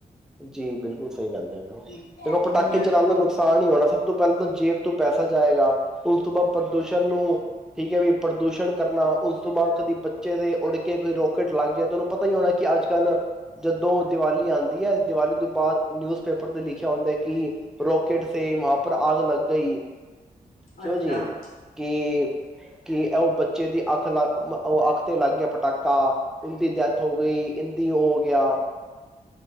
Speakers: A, in the centre; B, on the left.
A: ਜੀ ਬਿਲਕੁਲ ਸਹੀ ਕਹਿੰਦੇ ਪਏ ਓ, ਉਹ
B: ਹੁਣ
A: ਜਦੋ ਪਟਾਕੇ
B: ਜਿਵੇਂ
A: ਚਲਾਂਦੇ ਨੁਕਸਾਨ ਤਾਂ ਨਾਂ ਹੋਣਾ, ਸਭ ਤੋਂ ਪਹਿਲਾਂ ਤਾਂ ਜੇਬ ਤੋਂ ਪੈਸਾ ਜਾਏਗਾ, ਉਸ ਤੋਂ ਬਾਅਦ ਪ੍ਰਦੂਸ਼ਣ ਨੂੰ ਠੀਕ ਹੈ, ਵੀ ਪ੍ਰਦੂਸ਼ਣ ਕਰਨਾ ਉਸ ਤੋਂ ਬਾਅਦ ਕਦੀ ਬੱਚੇ ਦੇ ਉੱਡ ਕੇ ਕੋਈ ਰੋਕੇਟ ਲੱਗ ਜਾਏ ਤਾਂ ਉਹਨੂੰ ਪਤਾ ਹੀ ਹੋਣਾ ਕਿ ਅੱਜ ਕੱਲ੍ਹ ਜਦੋਂ ਦੀਵਾਲੀ ਆਂਦੀ ਹੈ। ਦੀਵਾਲੀ ਤੋਂ ਬਾਅਦ ਨਿਊਜ਼ ਪੇਪਰ ਤੇ ਲਿਖਿਆ ਹੁੰਦਾ ਐ ਕਿ ਰੋਕੇਟ ਸੇ ਵਹਾਂ ਪਰ ਆਗ ਲੱਗ ਗਈ। ਕਿਉਂ
B: ਅੱਛਾ
A: ਜੀ ਕੀ ਕਿ ਉਹ ਬੱਚੇ ਦੀ ਅੱਖ ਲੱਗ, ਉਹ ਅੱਖ ਤੇ ਲੱਗ ਗਿਆ ਪਟਾਕਾ, ਉਹਦੀ ਡੈਥ ਹੋ ਗਈ, ਇੰਦੀ ਉਹ ਹੋ ਗਿਆ।